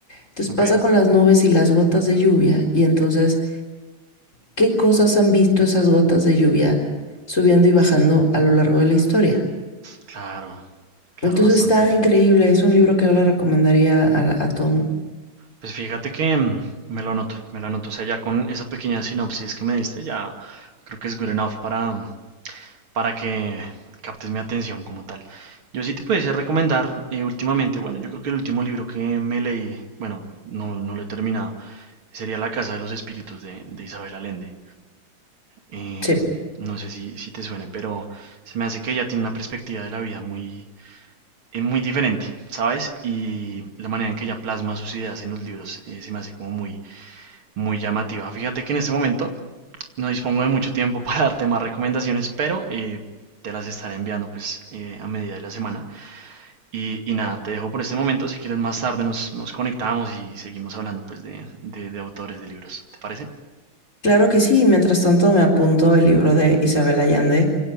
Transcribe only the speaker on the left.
Entonces
pasa con las nubes y las gotas de lluvia, y entonces, ¿qué cosas han visto esas gotas de lluvia subiendo y bajando a lo largo de la historia?
Entonces
está increíble, es un libro que yo le recomendaría a, a todo el mundo.
Sí.
Claro que sí, mientras tanto me apunto el libro de Isabel Allende